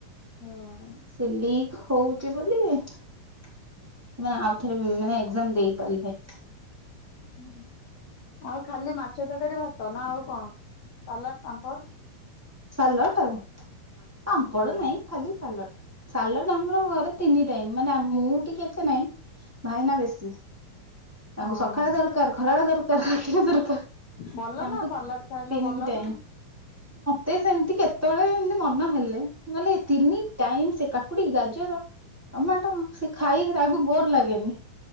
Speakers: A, on the left; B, in the centre.
A: ହଁ।
B: ସେ ଲିକ୍ ହଉଛି ବୋଲି। ସେମାନେ ଆଉଥରେ ମାନେ ଏଜାମ ଦେଇପାରିବେ।
A: ହୁମ୍ ଆଉ ଖାଲି ମାଛ ତରକାରୀ ଭା ତନା ଆଉ କଣ ସାଲାଡ ପାମ୍ପଡ଼
B: ସାଲାଟ୍ ଆଉ। ପାମ୍ପଡ
A: ହଁ
B: ନାଇଁ ଖାଲି ସାଲଡ ସାଲଡ ଆମର ଘରେ ତିନି ଟାଇମ ମାନେ ଆମ ମୁଁ ଟିକେ ଏତେ ନାଇଁ ଭାଇନା ବେଶୀ। ତାଙ୍କୁ
A: ହଁ
B: ସକାଳେ ଦରକାର ଖରାବେ ଦରକାର ଦରକାର
A: ଭଲ
B: ତାଙ୍କୁ
A: ନା ସାଲାଡ ଖାଇଲେ
B: ତିନି
A: ଭଲ
B: ଟାଇମ
A: ନା
B: ତେ ସେମିତି କେତେବେଳେ ଏମତି ମନ ହେଲେ ନହଲେ ଏ ତିନି ଟାଇମ ସେ କାକୁଡି ଗାଜର ଟମାଟ ସେ ଖାଇରି ଆଗୁ ବୋର ଲାଗେନି।